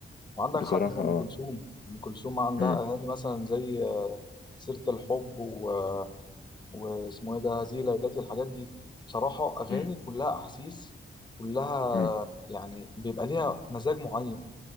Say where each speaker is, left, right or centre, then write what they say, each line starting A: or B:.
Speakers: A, on the left; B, on the left.
A: وعندك
B: بصراحة
A: حد زي أم
B: اه
A: كلثوم أم كلثوم عندها
B: امم
A: أغاني مثلا زي آه، سيرة الحب و... واسمه إيه ده هذه ليلتي الحاجات دي بصراحة أغاني
B: امم
A: كلها أحاسيس كلها
B: امم
A: يعني بيبقى ليها مزاج معين